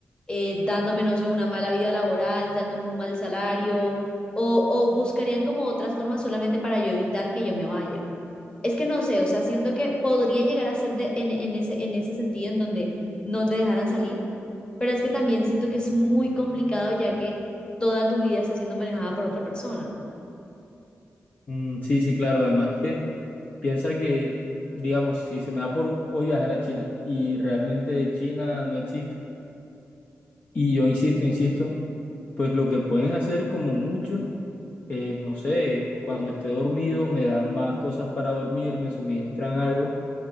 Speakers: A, on the left; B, on the left.
A: eh, dándome, no sé, una mala vida laboral, dándome un mal salario, o, o buscarían como otras formas solamente para yo evitar que yo me vaya. Es que no sé, o sea, siento que podría llegar a ser de, en, en ese, en ese sentido en donde no te dejaran salir, pero es que también siento que es muy complicado ya que toda tu vida está siendo manejada por otra persona.
B: Mm, sí, sí, claro, además que piensa que, digamos, si se me da por hoy viajar a China y realmente China no existe, y yo insisto, insisto, pues lo que pueden hacer como mucho es, no sé, cuando esté dormido me dan más cosas para dormir, me suministran algo